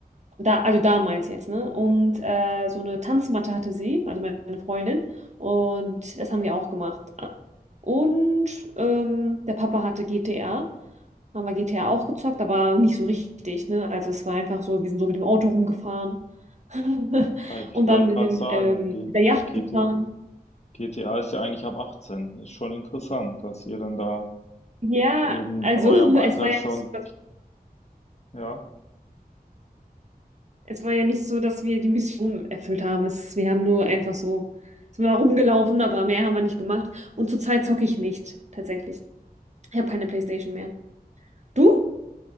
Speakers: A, on the right; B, on the left.
A: da, also damals jetzt, ne? Und äh, so eine Tanzmatte hatte sie, also meine Freundin. Und das haben wir auch gemacht. Und ähm, der Papa hatte GTA. Haben wir GTA auch gezockt, aber nicht so richtig, ne? Also es war einfach so, wir sind so mit dem Auto rumgefahren. <laughs>
B: Weil Ich
A: Und
B: wollte
A: dann
B: gerade
A: mit dem,
B: sagen,
A: ähm,
B: G
A: mit der Yacht
B: GT
A: gefahren.
B: GTA ist ja eigentlich ab 18. Ist schon interessant, dass ihr dann da
A: Ja,
B: in
A: also
B: eurem
A: <laughs>
B: Alter
A: es war ja
B: schon,
A: nicht so.
B: ja.
A: Es war ja nicht so, dass wir die Mission erfüllt haben. Es, wir haben nur einfach so, sind wir da rumgelaufen, aber mehr haben wir nicht gemacht. Und zurzeit zocke ich nicht, tatsächlich. Ich habe keine PlayStation mehr. Du?